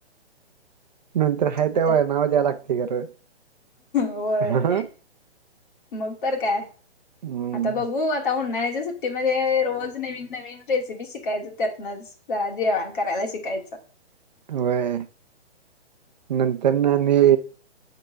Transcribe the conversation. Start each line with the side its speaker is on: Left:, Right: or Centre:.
Right: नंतर हाय त्या
Left: आता
Right: वळणावर याव लागते खरं
Left: होय
Right: हा
Left: मग तर काय
Right: हम्म
Left: आता बघू आता उन्हाळ्याच्या सुट्टीमध्ये रोज नवीन नवीन रेसिपी शिकायचं त्यातन जरा जेवाण करायला शिकायचं
Right: होय नंतर ना आणि